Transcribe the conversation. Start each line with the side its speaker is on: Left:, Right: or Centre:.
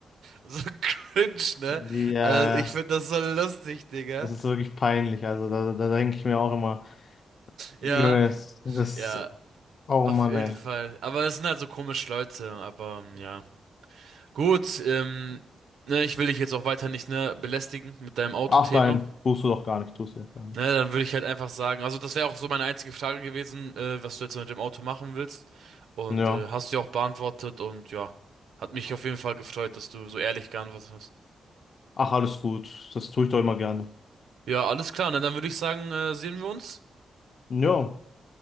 Right: so cringe, ne?
Left: Ja,
Right: Also
Left: ja.
Right: ich finde das so lustig, Digga.
Left: Das ist wirklich peinlich. Also da, da denke ich mir auch immer,
Right: Ja,
Left: Junge, das, das,
Right: ja,
Left: oh
Right: auf
Left: Mann,
Right: jeden
Left: ey.
Right: Fall. Aber es sind halt so komische Leute, aber ähm, ja. Gut, ähm, ne, ich will dich jetzt auch weiter nicht, ne, belästigen mit deinem Autothema.
Left: Ach nein, tust du doch gar nicht, tust du doch gar nicht.
Right: Ne, dann würde ich halt einfach sagen, also das wäre auch so meine einzige Frage gewesen, äh, was du jetzt mit dem Auto machen willst. Und
Left: Ja.
Right: äh, hast du ja auch beantwortet und ja, hat mich auf jeden Fall gefreut, dass du so ehrlich geantwortet hast.
Left: Ach, alles gut. Das tue ich doch immer gerne.
Right: Ja, alles klar, ne, dann würde ich sagen, äh, sehen wir uns.
Left: Ja.